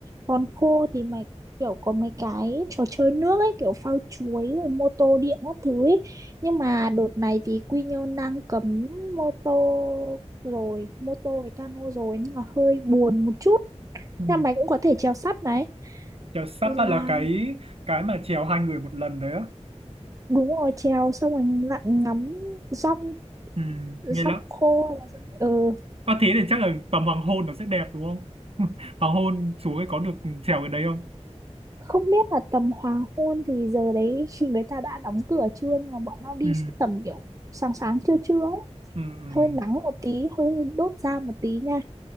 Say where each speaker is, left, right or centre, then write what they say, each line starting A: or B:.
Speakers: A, on the right; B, on the right.
A: Hòn khô thì mày kiểu có mấy cái trò chơi nước ấy, kiểu phao chuối rồi mô tô điện các thứ ấy. Nhưng mà đợt này thì Quy Nhơn đang cấm mô tô rồi, mô tô với cano rồi nên là hơi buồn một chút.
B: ừ.
A: Nhưng mày cũng có thể chèo sắp này.
B: Chèo sắp
A: Là
B: á là cái cái mà chèo hai người một lần đấy á
A: đúng rồi, trèo xong rồi lặn ngắm rong,
B: ừ. nghe
A: rong
B: lắm
A: khô hay là rong... Ừ.
B: có thế thì chắc là tầm hoàng hôn nó sẽ đẹp đúng không <laughs> hoàng hôn xuống ấy có được chèo cái đấy không
A: không biết là tầm hoàng hôn thì giờ đấy <laughs> người ta đã đóng cửa chưa nhưng mà bọn tao đi
B: ừ
A: sẽ tầm kiểu sáng sáng trưa trưa ấy.
B: ừ, ừ,
A: hơi nắng một tí hơi đốt da một tí nha